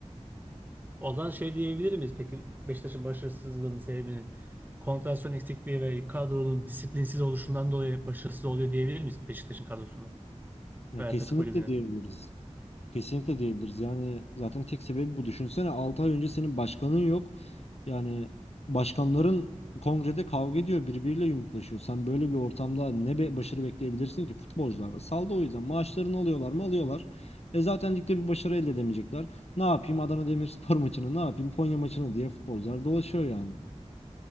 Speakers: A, on the right; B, on the left.
A: O zaman şey diyebilir miyiz? Peki Beşiktaş'ın başarısızlığının sebebinin konsantrasyon eksikliği ve kadronun disiplinsiz oluşundan dolayı başarısız oluyor diyebilir miyiz Beşiktaş'ın kadrosuna
B: Ya
A: veya
B: kesinlikle
A: takım kulübüne?
B: diyebiliriz. Kesinlikle diyebiliriz. Yani zaten tek sebebi bu. Düşünsene 6 ay önce senin başkanın yok. Yani başkanların kongrede kavga ediyor, birbiriyle yumruklaşıyor. Sen böyle bir ortamda ne be başarı bekleyebilirsin ki? Futbolcular da saldı o yüzden. Maaşlarını alıyorlar mı? Alıyorlar. E zaten ligde bir başarı elde edemeyecekler. Ne yapayım Adana Demirspor <laughs> maçını, ne yapayım Konya maçını diye futbolcular dolaşıyor yani.